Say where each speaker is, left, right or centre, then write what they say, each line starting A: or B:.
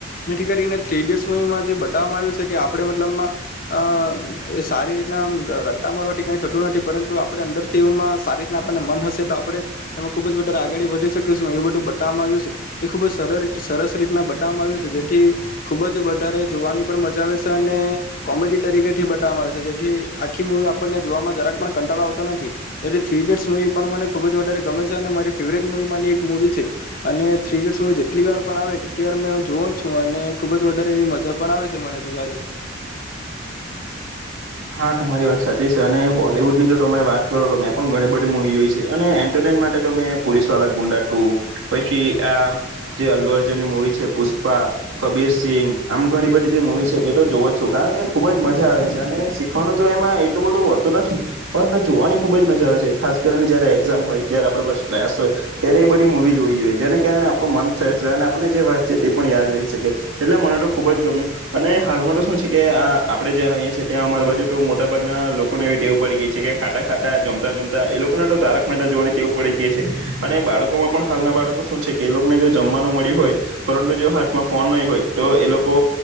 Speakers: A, on the left; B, on the right.
A: એથી કરીને થ્રી ઇડિયટ્માં એમાં જે બતાવવામાં આવ્યું છે કે આપણે મતલબમાં, અ સારી રીતના રટ્ટા મારવાથી કંઈ થતું નથી પરંતુ આપણે અંદરથી એમાં સારી રીતના આપણને મન હશે તો આપણે એમાં ખુબ જારે આગળ વધી શકશું એવું બધું બતાવવામાં આવ્યું છે, એ ખુબ જ સરસ રીતના બતાવામાં આવ્યું છે જેથી, ખુબ જ વધારે જોવાની પણ મજા આવે છે, અને કોમેડી તરીકે થી બતાવામાં આવે છે જેથી આખી મુવી આપણને જોવામાં જરાક પણ કંટાળો આવતો નથી, જે થ્રી ઇડિયટ્ મવી પણ મને ખુબ જ વધારે ગમે મારી ફવરેટ મુવીની એક મુવી છે, અને થ ડયટ જેટલી વાર પણ આવે તેટલી વાર જો છું અને ખુબ જ વધારે એવી મજા પણ આવે છે મને જોવાની.
B: હા તમારી વાત સાચી છે અને બોલવુડ ની જો તમા વાત કરો તો મેં પણ ઘણી બધી મુવી જોઈ છે અને એન્ટરટેન માટે તો મેં પોલીસ વાળ ગુંડા ટુ, પછી આ જે અલ્વરજની મુવી છે પુષ્પા કબીર સિંગ આમ ઘણી બધી જે મુવી છે તે તો જોવ જ છું, કારણ કે ખુબ જ મજા આવે છે અને શીખવાનું તો એમાં એટલું બધું વડતું નથી, પરંતુ જોવાની ખુબ જ મજા આવે છે ખાસ કરીને જયારે એક્ઝામ હોય જ્યારે આપડ સ્ટ્રેસ હોય, ત્યારે એ બધી મુવી જોવી જોઈએ જેને કારણે આપણું મન ફ્રેશ રહ્યો અને આપણે જે વાત છીએ તે પણ યાદ રહી શકે એટલે મને તો ખુબ જ ગમ્યું અને હાલમાં તો શું છે કે આ આપણેે જ્યાં રહીએ છ છેએ ત્યાં અમારી બાજુ તો મોટાભાગના લોકોને એવી ટેવું પડી ગય છે કે ખાટા ખાતા જમતા જમતા એ લોકોને તો તારક માટે જોવાની તેવું પડી ગય છે, અને બાળકોમાં પણ હાલના બાળકો શું છે કે એ લોકોને જો જમવાનું મળ્યું હોય, પરંતુ જો હાથમાં ફોન નહીં હોય તો એ લોકો